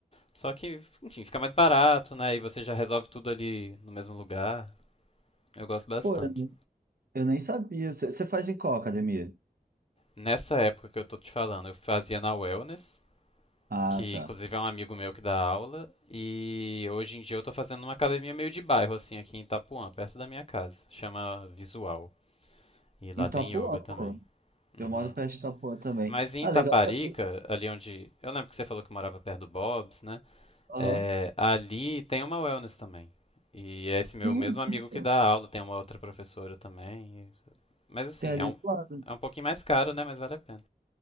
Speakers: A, on the left (about 40°); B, on the right (about 80°).
A: Só que, enfim, fica mais barato, né? E você já resolve tudo ali no mesmo lugar. Eu gosto bastante.
B: Pô, eu, nem eu nem sabia. Você faz em qual academia?
A: Nessa época que eu tô te falando, eu fazia na Wellness,
B: Ah,
A: que
B: tá.
A: inclusive é um amigo meu que dá aula, e hoje em dia eu tô fazendo numa academia meio de bairro, assim, aqui em Itapuã, perto da minha casa. Chama Visual. E lá
B: Em Itapuã,
A: tem yoga
B: pô.
A: também. Uhum.
B: Eu moro perto de Itapuã também.
A: Mas em
B: Ah,
A: Itaparica,
B: legal saber.
A: ali onde. Eu lembro que você falou que morava perto do Bob's, né?
B: Aham.
A: É, ali tem uma wellness também. E é esse meu
B: Sim,
A: mesmo amigo
B: sim,
A: que
B: pô.
A: dá aula tem uma outra professora também. e- Mas assim,
B: Tem ali
A: é um,
B: do lado.
A: é um pouquinho mais caro, né? Mas vale a pena.